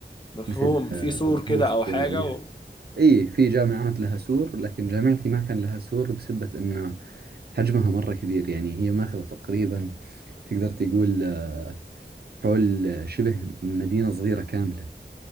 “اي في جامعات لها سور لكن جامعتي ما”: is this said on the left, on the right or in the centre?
Right